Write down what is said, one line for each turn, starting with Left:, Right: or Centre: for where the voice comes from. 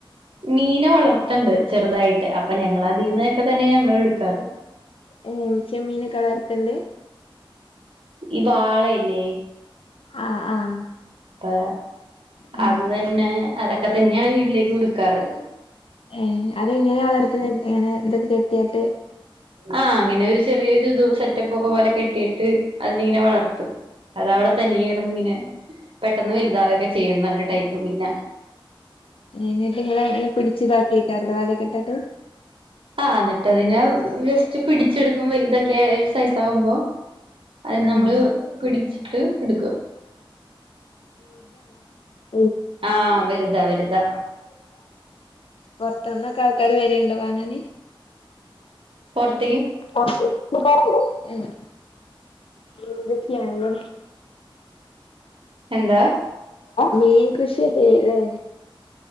Right: മീനെ വളർത്തണ്ട് ചെറുതായിട്ട് അപ്പൊ ഞങ്ങളതിന്നൊക്കെ തന്നെ ഞങ്ങള് എടുക്കാറ് ഉം
Left: ഏ ചെമ്മീനൊക്കെ വളർത്തുണ്ട്
Right: ഈ വാളയല്ലേ
Left: ആഹ് ആഹ്
Right: അപ്പൊ
Left: ഉം
Right: അത് തന്നെ അതൊക്കെ തന്നെയാണ് വീട്ടിലേക്ക് എടുക്കാറ്
Left: ഏ അതെങ്ങനെ വളർത്തുന്ന എങ്ങനെ എന്തൊക്കെ കെട്ടിയായിട്ട്
Right: ആഹ് അങ്ങനെ ഒരു ചെറിയൊരു ഇത് സെറ്റപ്പ് ഒക്കെ പോലെ കെട്ടിയിട്ട് അതി ഇങ്ങനെ വളർത്തും അതവിടെ തനി കിടന്ന് ഇങ്ങനെ പെട്ടെന്ന് വലുതാവൊക്കെ ചെയ്യുന്ന ഒരു ടൈപ്പ് പ്പ്മീന
Left: എന്നിട്ടു നിങ്ങളെയ്നെ പിടിച്ചതാക്കൈ കാരലെ വലൊക്കെട്ടാട്ട്
Right: ആഹ് എന്നിട്ട് അതിനെ ജസ്റ്റ് പിടിച്ചെടുക്കും വലുതൊക്കെ ഒരു സൈസ് ആകുമ്പോ അത് നമ്മള്
Left: ഉം
Right: പിടിച്ചിട്ട് എടുക്കും
Left: <unintelligible>
Right: ആഹ് വലുതാ വലുതാ
Left: പൊറത്താന്ന് ആൾക്കാര് വരേണ്ടോ വാങ്ങാന്
Right: കൊടുത്ത്
Left: കൊടുക്കാറുണ്ട് ഉം എന്തൊക്കെയാണ്
Right: എന്താ
Left: മീൻ കൃഷിയ ചെയ്യല്ലെ